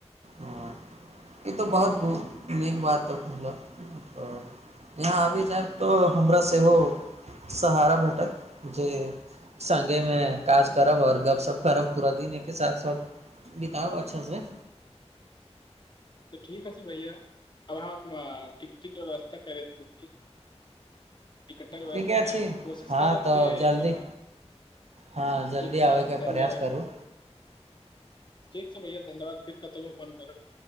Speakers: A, on the right; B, on the left.
A: ह ई तऽ बहुत नीक बात तऽ मतलब तऽ यहाँ आबि जायब तऽ हमरा सेहो सहारा भेटत जे सङगेमे काज करब आओर गपशप करब पूरा दिन एकके साथ सब बिताब अच्छासँ
B: तऽ ठीक ह छै भैया अब हम टिकटिक व्यवस्था करैत छी टिकटक व्यवस्था
A: ठीके अ
B: करैत
A: छी
B: कोशिश
A: हँ
B: करब
A: तऽ
B: जे
A: जल्दी
B: कोनो
A: हँ जल्दी
B: बिलकुल
A: आबैके
B: धन्यवाद
A: प्रयास करू
B: ठीक छै भैया धन्यवाद फेर कतहुँ फोन करब